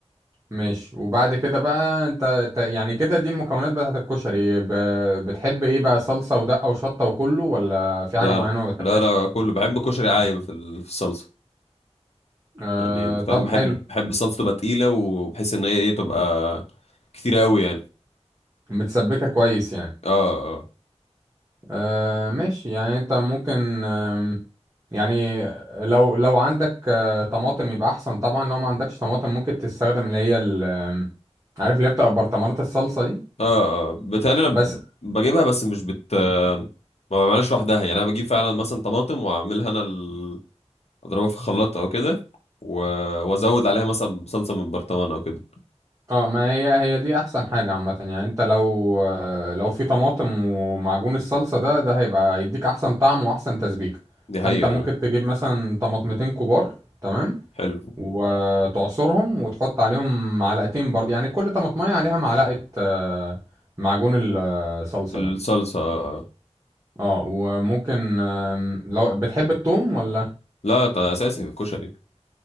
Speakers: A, on the right; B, on the left.
A: ماشي وبعد كده بقى انت انت- يعني كده دي المكونات بتاعت الكشري ب... بتحب ايه بقى صلصة ودقة وشطة وكله ولا في
B: لا
A: حاجة معينة ما بتحبهاش
B: لا لا كله بحب كشري عايم في ال- في الصلصه
A: أه...
B: يعني انت فاهم
A: طب
B: بحب
A: حلو
B: بحب الصلصه تبقى تقيله وبحس ان هي ايه تبقى كتيره قوي يعني
A: متسبكة كويس يعني
B: اه اه
A: أه... ماشي يعني انت ممكن أم... يعني لو لو عندك آه، طماطم يبقى احسن طبعا لو ما عندكش طماطم ممكن تستخدم اللي هي ال... آم، عارف اللي هي بتبقى برطمانات الصلصة دي
B: اه اه بتهيألي انا
A: بس
B: بجيبها بس مش بت ما بعملهاش لوحدها يعني انا بجيب فعلا مثلا طماطم واعملها انا ال... اضربها في الخلاط او كده و... وازود عليها مثلا صلصه من برطمان او كده
A: اه ما هي هي دي احسن حاجة عامة يعني انت لو آه، لو في طماطم ومعجون الصلصة ده ده هيبقى هيديك احسن طعم واحسن تسبيكة
B: دي
A: فانت
B: حقيقه
A: ممكن
B: آه.
A: تجيب مثلا طماطمتين كبار تمام
B: حلو
A: وتعصرهم وتحط عليهم معلقتين برضه يعني كل طماطمية عليها معلقة آه، معجون الصلصة
B: الصلصه
A: ده
B: آه.
A: اه وممكن آم، لو بتحب التوم ولا
B: لا ده اساسي في الكشري